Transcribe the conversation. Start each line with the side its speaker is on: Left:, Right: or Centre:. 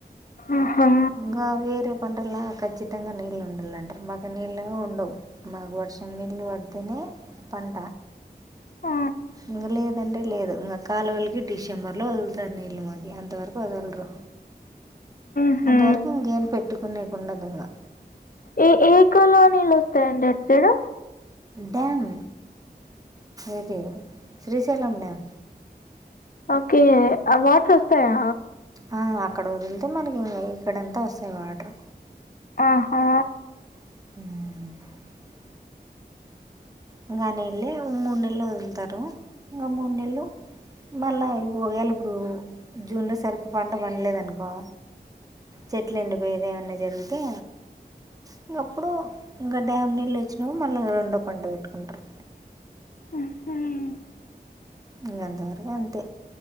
Left: ఆహా
Right: ఇంకా వేరే పంటలా ఖచ్చితంగా నీళ్ళు ఉండాలంటారు మాకు నీళ్ళు ఉండవు మాకు వర్షం నీళ్లు పడితేనే పంట
Left: ఆ,
Right: ఇంకా లేదంటే లేదు ఇంకా కాలువలికి డిసెంబర్ లో వదులుతారు నీళ్ళు మాకి అంతవరకు వదలరు
Left: మ్హూ.
Right: అంతవరకు ఇంకేం పెట్టుకునేకు ఉండదుంగా
Left: ఏ ఏ కాలువ నీళ్లు వస్తాయండి అటు సైడు
Right: డ్యామ్ ఏది శ్రీశైలం డ్యామ్
Left: ఓకే ఆ వాటర్ వస్తాయా
Right: అ అక్కడ వదిలితే మనకి ఇక్కడ అంతా వస్తాయి వాటర్
Left: ఆహా
Right: అమ్ ఇంకా ఆ నీళ్ళే మూడు నెలు వదులుతారు ఇంకా మూడు నెలు మళ్ళా ఇవి పోగాయల బ్రో ఇప్పుడు జూన్ లో సరిగ్గా పంట పండలేదనుకో చెట్లు ఎండిపోయేది ఏమన్నా జరుగుతే ఇంకప్పుడు ఇంకా డ్యామ్ నీళ్ళు వచ్చినాప్పుడు మళ్ళీ రెండో పంట పెట్టుకుంటారు
Left: ఉహుమ్
Right: ఇంగ అంతవరకు అంతే